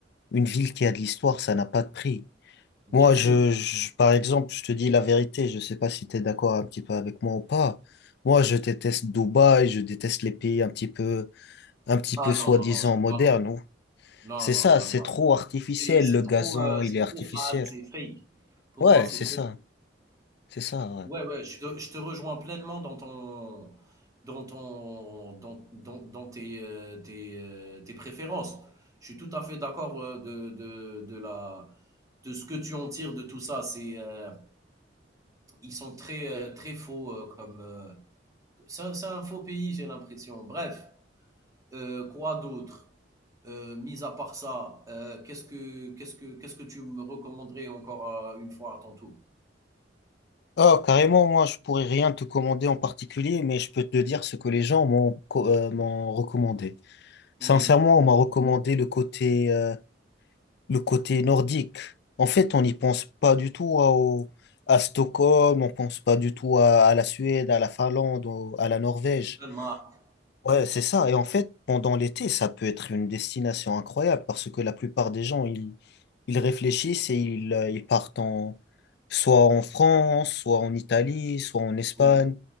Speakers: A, on the left (about 60°); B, on the right (about 20°).
A: Une ville qui a de l'histoire, ça n'a pas de prix.
B: bien
A: Moi,
B: sûr.
A: je, je- par exemple, je te dis la vérité, je sais pas si tu es d'accord un petit peu avec moi ou pas. Moi, je déteste Dubaï, je déteste les pays un petit peu, un petit
B: Ah
A: peu soi-disant
B: non, non, non, j'aime
A: modernes.
B: pas non plus.
A: ou-
B: Non,
A: C'est
B: non,
A: ça,
B: j'aime
A: c'est
B: pas.
A: trop artificiel,
B: C'est c'est
A: le
B: trop,
A: gazon,
B: heu,
A: il
B: c'est
A: est
B: trop
A: artificiel.
B: fade, c'est fake. Pour
A: Ouais,
B: moi, c'est
A: c'est
B: trop
A: ça, c'est ça, ouais.
B: Ouais, ouais, je te, je te rejoins pleinement dans ton, dans ton, dans, dans, dans tes, euh, tes, euh, tes préférences. Je suis tout à fait d'accord euh, de, de, de la, de ce que tu en tires de tout ça. C'est, euh, ils sont très, euh, très faux euh, comme. euh, c'est un, c'est un faux pays, j'ai l'impression. Bref, euh, quoi d'autre? Euh, mis à part ça, euh, qu'est-ce que, qu'est-ce que, qu'est-ce que tu me recommanderais encore euh, une fois à ton tour?
A: Oh, carrément, moi, je pourrais rien te commander en particulier, mais je peux te dire ce que les gens m'ont co- euh, m'ont recommandé.
B: Oui,
A: Sincèrement, on m'a recommandé le côté euh, le côté nordique. En fait, on n'y pense pas du tout à, au- à Stockholm, on pense pas du tout à, à la Suède, à la Finlande, au- à la Norvège.
B: le Danemark.
A: Ouais, c'est ça. Et en fait, pendant l'été, ça peut être une destination incroyable parce que la plupart des gens, ils, ils réfléchissent et ils, euh, ils partent en, soit en France, soit en Italie, soit en Espagne.
B: Oui,